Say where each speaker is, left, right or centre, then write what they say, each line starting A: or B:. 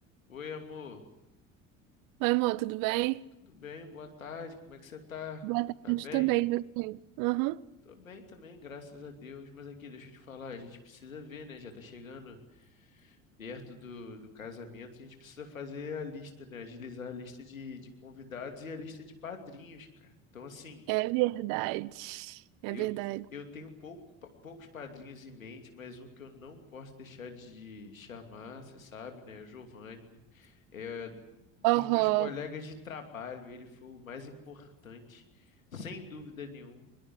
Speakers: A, on the left; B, on the right.
A: Oi, amor.
B: Oi, amor, tudo bem?
A: Tudo bem? Boa tarde. Como é que você tá?
B: Boa tarde
A: Tá bem?
B: também, você. Aham.
A: Tô bem também, graças a Deus. Mas aqui, deixa eu te falar, a gente precisa ver, né? Já tá chegando perto do, do casamento, a gente precisa fazer a lista, né? Agilizar a lista de, de convidados e a lista de padrinhos, cara. Então, assim,
B: É verdade. É
A: eu,
B: verdade.
A: eu tenho pouco, pa- poucos padrinhos em mente, mas um que eu não posso deixar de chamar, você sabe, né? É o Giovanni. né? É, dos
B: Aham,
A: meus colegas de trabalho, ele foi o mais importante, sem dúvida nenhuma.